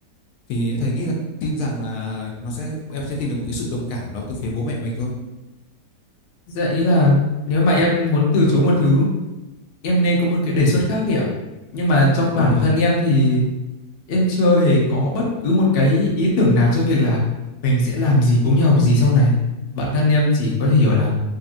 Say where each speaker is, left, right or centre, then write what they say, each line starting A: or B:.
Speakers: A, on the left (about 75°); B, on the left (about 60°).
A: Thì thầy nghĩ là tin rằng là nó sẽ em sẽ tìm được một cái sự đồng cảm đó từ phía bố mẹ mình thôi.
B: dạ ý là nếu mà em muốn từ chối một thứ em nên có một cái đề xuất khác kìa nhưng mà trong
A: Đúng
B: bản
A: rồi.
B: thân em thì em chưa hề có bất cứ một cái ý tưởng nào cho việc là mình sẽ làm gì cũng như học gì sau này bản thân em chỉ có thể hiểu là